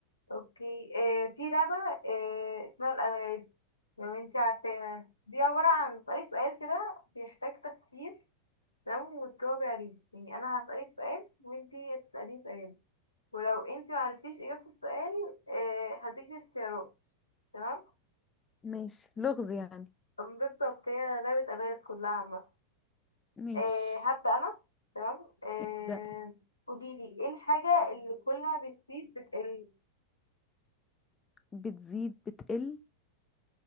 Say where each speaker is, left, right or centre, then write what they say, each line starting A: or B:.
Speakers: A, on the left; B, on the left.
A: اوكي آه في لعبة آه اسمها الألغاز لو انتي عارفاها دي عبارة عن اسألك سؤال كده بيحتاج تفكير تمام وتجاوبي عليه يعني انا هسألك سؤال وانتي هتسأليني سؤال ولو انتي معرفتيش اجابة السؤال آه هديكي اختيارات تمام
B: ماشي لغز يعني
A: بالظبط هي لعبة ألغاز كلها عامة
B: ماشي
A: آه هبدأ أنا تمام آه
B: ابدا
A: قوليلي ايه الحاجة اللي كلها بتزيد بتقل
B: بتزيد بتقل